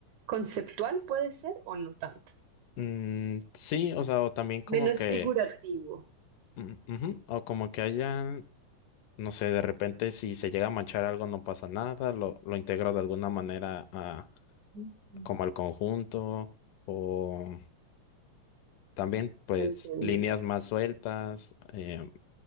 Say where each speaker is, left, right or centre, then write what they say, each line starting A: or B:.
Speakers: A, on the right; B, on the left.
A: conceptual, puede ser, o no tanto.
B: Mm, sí, o sea, o también como
A: Menos
B: que,
A: figurativo.
B: mm, ujú, o como que haya, no sé, de repente si se llega a manchar algo no pasa nada, lo, lo integro de alguna manera a,
A: Mm,
B: como al conjunto, o también pues
A: Te entiendo.
B: líneas más sueltas, eh,